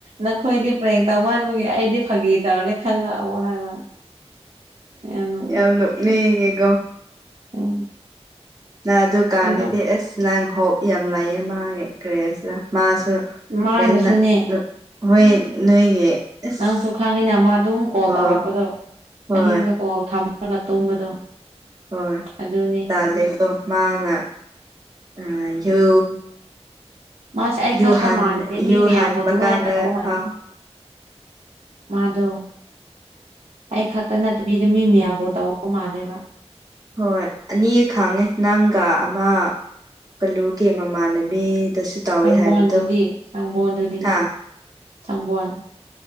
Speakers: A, on the right (about 75°); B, on the right (about 35°).
A: ꯅꯈꯣꯏꯗꯤ ꯄ꯭ꯔꯦꯡꯛ ꯇꯧꯃꯟꯕꯒꯤ ꯑꯩꯗꯤ ꯐꯥꯒꯤ ꯇꯧꯔꯅꯤ ꯈꯡꯉꯛꯑꯕꯣ ꯍꯥꯏꯕ꯫ ꯌꯥꯝ ꯅꯣꯛ
B: ꯌꯥꯝ ꯅꯣꯛꯅꯤꯉꯤꯒꯣ
A: ꯎꯝ
B: ꯅꯪ ꯑꯗꯨꯀꯥꯟꯗꯗꯤ
A: ꯑꯗꯣ
B: ꯑꯁ ꯅꯪ ꯍꯣꯞ ꯌꯥꯝ ꯂꯩꯌꯦ ꯃꯥꯒꯤ ꯀꯔꯤ ꯍꯥꯏꯁꯤꯔ ꯃꯥꯁ <unintelligible>
A: ꯃꯥꯅꯁꯨꯅꯦ
B: ꯀꯦꯟꯅ <inaudible> ꯍꯣꯏ ꯅꯣꯏꯒꯤ ꯑꯁ
A: ꯅꯪꯁꯨ ꯈꯪꯉꯤꯅ ꯃꯥ ꯗꯨꯝ ꯀꯣꯜ
B: ꯑꯣ
A: ꯇꯧꯔꯛꯄꯗꯨ,
B: ꯍꯣꯏ
A: ꯑꯍꯤꯡꯗ ꯀꯣꯜ ꯊꯝꯔꯒ ꯇꯨꯝꯕꯗꯣ꯫
B: ꯍꯣꯏ
A: ꯑꯗꯨꯅꯤ
B: ꯇꯥꯜꯂꯦꯀꯣ ꯃꯥꯅ ꯑ ꯌꯨ
A: ꯎꯝ ꯃꯥꯁꯦ ꯑꯩ
B: ꯌꯨ
A: ꯈꯛꯇ
B: ꯍꯥꯟ
A: ꯃꯥꯥꯟꯗꯦ ꯃꯤ
B: ꯌꯨ
A: ꯃꯌꯥꯝꯕꯨ
B: ꯍꯥꯟꯕ
A: ꯑꯗꯨꯃꯥꯏ
B: ꯀꯥꯟꯗ
A: ꯇꯧꯕ ꯃꯥꯥꯜꯂꯤ꯫
B: ꯐꯥꯎ
A: ꯃꯥꯗꯣ ꯑꯩ ꯈꯛꯇ ꯅꯠꯇꯕꯤꯗ ꯃꯤ ꯃꯌꯥꯝꯕꯨ ꯇꯧꯕ ꯃꯥꯜꯂꯦꯕ꯫
B: ꯍꯣꯏ ꯑꯅꯤ ꯈꯥꯡꯉꯦ ꯅꯪꯒ ꯑꯃ ꯀꯂꯨꯒꯤ ꯃꯃꯥꯟꯅꯕꯤꯗꯁꯨ ꯇꯧꯋꯦ
A: ꯁꯪꯕꯣꯟꯗꯗꯤ
B: ꯍꯥꯏꯕꯗꯣ
A: ꯁꯪꯕꯣꯟꯗꯗꯤ
B: ꯍꯥ
A: ꯁꯪꯕꯣꯟ